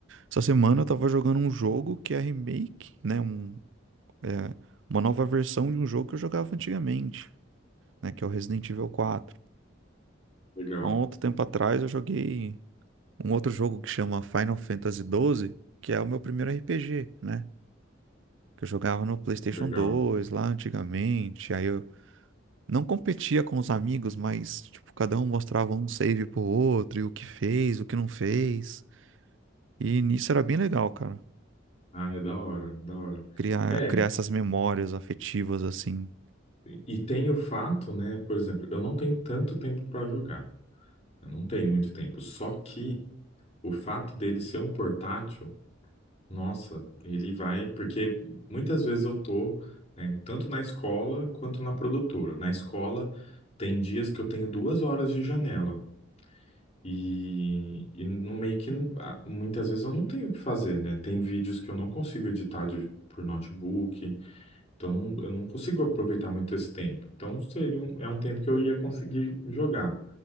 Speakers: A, on the right; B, on the left.
A: Essa semana eu tava jogando um jogo que é remake, né? Um, é, uma nova versão de um jogo que eu jogava antigamente, né? Que é o Resident Evil 4.
B: legal,
A: Há um outro tempo atrás eu joguei um outro jogo que chama Final Fantasy XII, que é o meu primeiro RPG, né? Que eu jogava no PlayStation
B: legal.
A: 2 lá antigamente. Aí eu não competia com os amigos, mas tipo, cada um mostrava um save pro outro e o que fez, o que não fez. E nisso era bem legal, cara.
B: Ah, é da hora, da hora.
A: Criar,
B: É,
A: criar essas memórias afetivas assim.
B: E tem o fato, né? Por exemplo, eu não tenho tanto tempo para jogar. Eu não tenho muito tempo. Só que o fato dele ser um portátil, nossa, ele vai. Porque muitas vezes eu tô, né, tanto na escola quanto na produtora. Na escola, tem dias que eu tenho duas horas de janela. E, e no meio que ah, muitas vezes eu não tenho o que fazer, né? Tem vídeos que eu não consigo editar de- por notebook. Então não, eu não consigo aproveitar muito esse tempo. Então seria um, é um tempo que eu ia conseguir jogar.